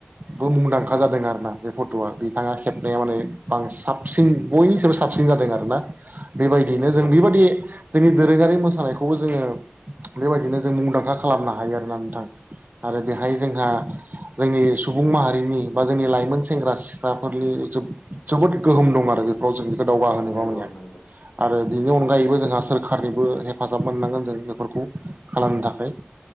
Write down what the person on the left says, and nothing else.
नंगौ
नंगौ
नंगौ
नंगौ नंगौ